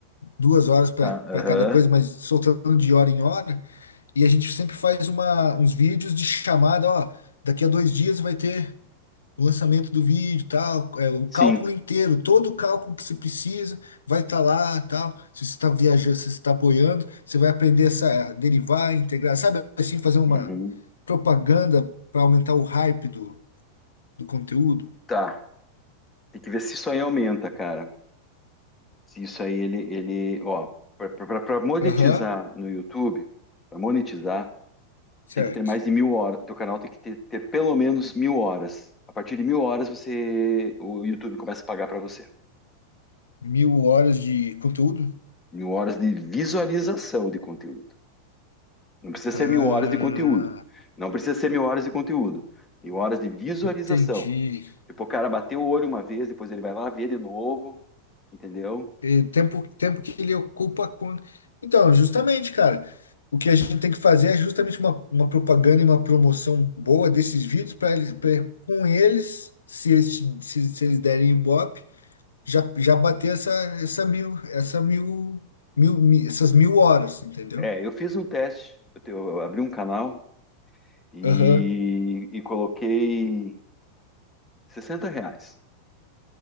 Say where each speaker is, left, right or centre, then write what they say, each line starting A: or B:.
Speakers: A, on the left (about 70°); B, on the left (about 15°).
A: Duas horas para
B: Tá. Aham.
A: cada coisa, mas soltando de hora em hora. E a gente sempre faz uma, uns vídeos de chamada, ó, daqui a dois dias vai ter. o lançamento do vídeo, tal, é, o
B: Sim.
A: cálculo inteiro, todo o cálculo que você precisa vai estar lá, tal. Se você está viajando, se você está apoiando, você vai aprender essa derivar, integrar, sabe assim, fazer uma
B: Uhum.
A: propaganda para aumentar o hype do, do conteúdo.
B: Tá. Tem que ver se isso aí aumenta, cara. Se isso aí ele, ele, ó, para monetizar
A: Aham,
B: no YouTube, para monetizar,
A: certo.
B: você tem que ter mais de mil horas. Teu canal tem que ter, ter pelo menos mil horas. A partir de mil horas você, o YouTube começa a pagar para você.
A: Mil horas de conteúdo?
B: Mil horas de visualização de conteúdo. Não precisa
A: Ah,
B: ser mil horas de conteúdo. Não precisa ser mil horas de conteúdo. Mil horas de visualização.
A: entendi.
B: Tipo, o cara bateu o olho uma vez, depois ele vai lá ver de novo, entendeu?
A: E tempo, tempo que ele ocupa com. Então, justamente, cara, o que a gente tem que fazer é justamente uma, uma propaganda e uma promoção boa desses vídeos para eles, pra, com eles, se eles, te- se, se eles derem Ibope, já, já bater essa, essa mil, essa mil, mil, mi- essas mil horas, entendeu?
B: É, eu fiz um teste, eu, te- eu abri um canal e,
A: Aham.
B: e coloquei 60 reais,